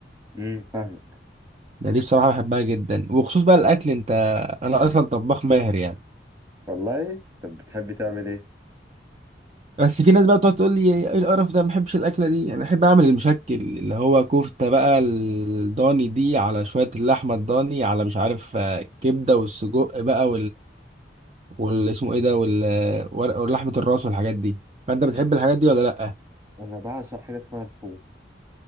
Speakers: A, on the right; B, on the right.
A: امم فاهمك
B: يعني دي بصراحه بحبها جدا وخصوص بقى الاكل انت انا اصلا طباخ ماهر يعني
A: والله طب بتحبي تعمل ايه
B: بس في ناس بقى بتقعد تقول لي ايه القرف ده ما بحبش الاكله دي انا احب اعمل المشكل اللي هو كفته بقى الضاني دي على شويه اللحمه الضاني على مش عارف آه، كبده والسجق بقى والاسمه ايه ده وال... ورق- ولحمه الراس والحاجات دي فانت بتحب الحاجات دي ولا لا
A: انا بعشق حاجه اسمها الحوم